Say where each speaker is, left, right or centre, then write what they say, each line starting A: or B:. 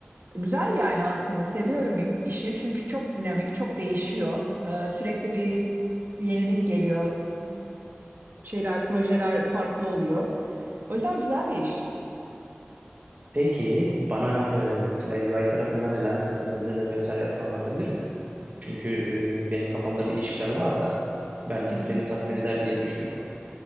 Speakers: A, on the right; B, on the right.
A: Güzel yani aslında seviyorum işi çünkü çok dinamik, çok değişiyor. E, sürekli bir yenilik geliyor şeyler, projeler farklı oluyor. O yüzden güzel bir iş.
B: Peki bana e, mesela UI tarafında neler tasarladığını vesaire anlatabilir misin? Çünkü e, benim kafamda bir iş planı var da belki
A: Hı hı.
B: seni tatmin eder diye düşündüm.